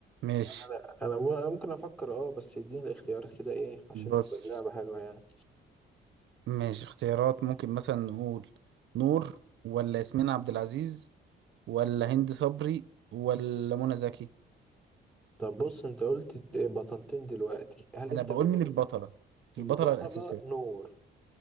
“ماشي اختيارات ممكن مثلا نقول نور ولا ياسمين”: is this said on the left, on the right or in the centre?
Right